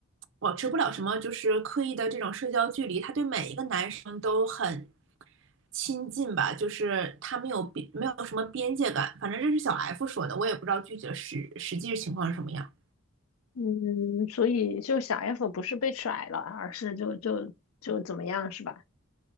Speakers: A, on the right; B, on the left.
A: 保持不了什么就是刻意的这种社交距离，他对每一个男生都很亲近吧，就是他没有边没有什么边界感，反正这是小 F 说的，我也不知道具体的实实际情况是什么样。
B: 嗯，所以就小 F 不是被甩了，而是就就就怎么样是吧？